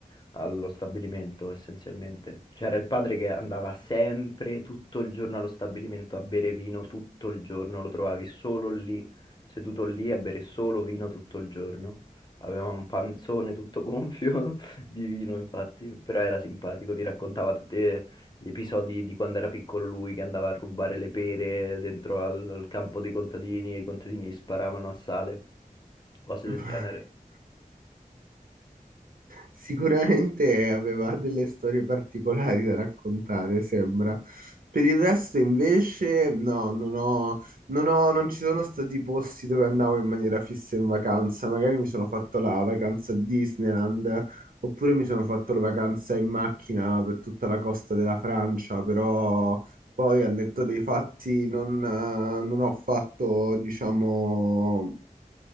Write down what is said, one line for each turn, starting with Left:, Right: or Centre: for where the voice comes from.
Left: allo stabilimento essenzialmente. C'era il padre che andava sempre tutto il giorno allo stabilimento a bere vino tutto il giorno, lo trovavi solo lì, seduto lì a bere solo vino tutto il giorno. Aveva un panzone tutto gonfio <laughs> di vino, infatti, però era simpatico, ti raccontava tutti eh, gli episodi di quando era piccolo lui che andava a rubare le pere dentro al, al campo dei contadini e i contadini gli sparavano a sale, cose
Right: <laughs>
Left: del genere.
Right: Sicuramente aveva delle storie particolari da raccontare, sembra. Per il resto, invece, no, non ho, non ho- non ci sono stati posti dove andavo in maniera fissa in vacanza. Magari mi sono fatto la vacanza a Disneyland, oppure mi sono fatto la vacanza in macchina per tutta la costa della Francia, però poi, al netto dei fatti, non, eh, non ho fatto, diciamo